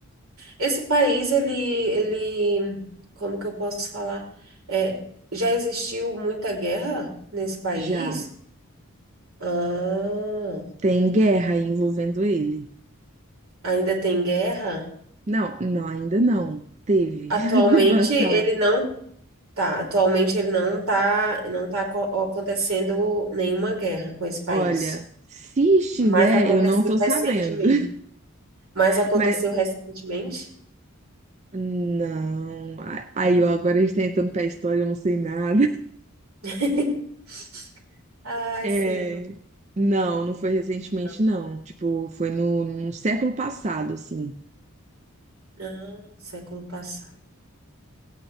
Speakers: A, on the right (about 80°); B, on the right (about 30°).
A: Esse país, ele, ele, como que eu posso falar? É, já existiu muita guerra nesse país?
B: Já
A: Ah,
B: tem guerra envolvendo ele.
A: ainda tem guerra?
B: Não, não, ainda não. Teve
A: Atualmente
B: <laughs> no passado.
A: ele não tá, atualmente ele não tá, não tá co- acontecendo nenhuma guerra com esse país.
B: Olha, se estiver,
A: Mas aconteceu
B: eu não tô sabendo.
A: recentemente. Mas
B: <laughs>
A: aconteceu
B: Mas
A: recentemente?
B: não. a- Aí, ó, agora a gente tá entrando pra história, eu não sei nada.
A: <laughs> Ai,
B: É.
A: sei
B: Não, não foi recentemente,
A: não.
B: não. Tipo, foi no, no século passado, assim.
A: Ah, século passado.